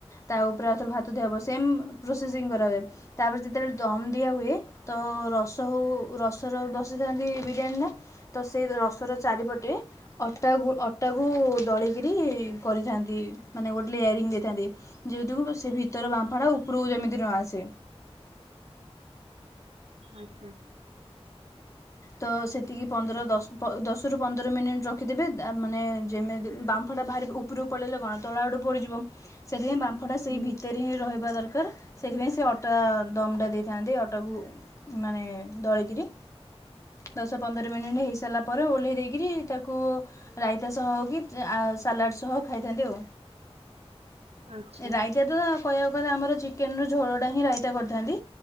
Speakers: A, on the left; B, on the right.
A: ତା ଉପରେ ଆଉଥରେ ଭାତ ଦିଆ ହବ ସେମ୍ ପ୍ରୋସେସିଙ୍ଗ କରାହୁଏ। ତାପରେ ଯେତେବେଳେ ଦମ ଦିଆ ହୁଏ ତ ରସ ହଉ ରସର ବସେଇ ଥାନ୍ତି ବି ଚିକେନ ଟା ତ ସେ ରସର ଚାରି ପଟେ ଅଟା ଗୁ ଅଟା କୁ ଦଳି କି କରିଥାନ୍ତି ମାନେ ଗୋଟେ ଲେୟାରିଙ୍ଗ ଦେଇଥାନ୍ତି। ସେଇଯୋଗୁ ପୁରା ସେ ଭିତର ବାମ୍ଫାଟା ଉପୁରୁକୁ ଯେମିତି ନ ଆସେ।
B: ଆଚ୍ଛା।
A: ତ ସେତିକି ପନ୍ଦର ଦଶ ପ ଦଶରୁ ପନ୍ଦର ମିନିଟ୍ ରଖିଦେବେ ଏତ ଆ ମାନେ ଯେମିତି ବାମ୍ଫଟା ବାହାରି ଉ ଉପୁରୁ ପଳେଇଲେ କଣ ତଳ ଆଡ଼ୁ ପୋଡି ଯିବ ସେଥିପାଇଁ ବାମ୍ଫଟା ସେଇ
B: ହୁଁ
A: ଭି ଭିତେରେ ହିଁ ରହିବା ଦରକାର ସେଇଥିପାଇଁ ସେ ଅଟା ଦମ ଟା ଦେଇଥାନ୍ତି ଅଟାକୁ ମାନେ ଦଳିକିରି। ଦଶ ପନ୍ଦର ମିନିଟ୍ ହେଇ ସାରିଲା ପରେ ଓଲ୍ହେଇ ଦେଇକିରି ତାକୁ- ରାଇତା ସହ ହଉ କି ଉଁ ଆ ସାଲାଡ ସହ ଖାଇଥାନ୍ତି ଆଉ।
B: ଆଚ୍ଛା।
A: ରାଇ କେତେ ତ କହିଆକୁ ଗଲେ ଆମର ଚିକେନ ର ଝୋଳଟା ହିଁ ରାଇତା କରଥାନ୍ତି।